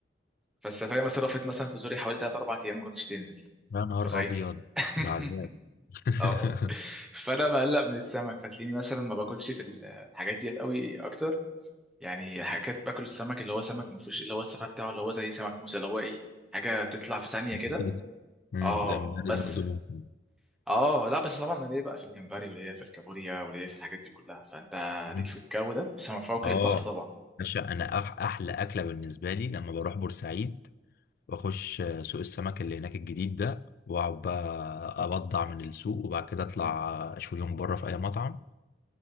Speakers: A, in the centre; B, on the left.
A: فالسفايه مثلا وقفت مثلا في زوري حوالي 3 4 ايام ما رضتش تنزل
B: يا
A: انت
B: نهار
A: متخيل
B: أبيض
A: <laughs>
B: ده عذاب <laughs>
A: اه فانا بقلق من السمك فتلاقيني مثلا ما باكلش في ال- الحاجات ديت قوي اكتر يعني حاجات باكل السمك اللي هو سمك ما فيهوش اللي هو السفاح بتاعه اللي هو زي سمك موسى اللي هو ايه حاجه بتطلع في ثانيه كده
B: أكيد. امم
A: اه
B: جمبري
A: بس
B: برضه ممكن
A: اه لا بس طبعا انا ليا بقى في الجمبري وليا في الكابوريا وليا في الحاجات دي كلها فانت
B: مم.
A: ليك في الجو ده بس ما فوق
B: اه
A: البحر طبعا
B: باشا انا أح احلى اكله بالنسبه لي لما بروح بورسعيد واخش سوق السمك اللي هناك الجديد ده واقعد بقى ابضع من السوق وبعد كده اطلع اشويهم بره في اي مطعم